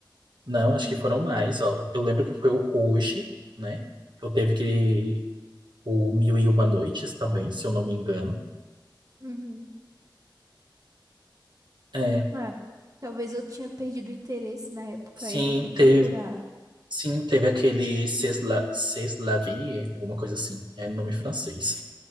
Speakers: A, on the right; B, on the right.
A: Não, acho
B: uhum,
A: que foram mais. Ó, eu lembro que foi o Ruge, né? Eu teve que. O Mil e Uma Noites também, se eu não me engano.
B: uhum.
A: É,
B: Ah, talvez eu tinha perdido o interesse na época
A: sim,
B: e não fui procurar.
A: teve, sim, teve aquele C'est la, C'est la vie, alguma coisa assim. É nome francês.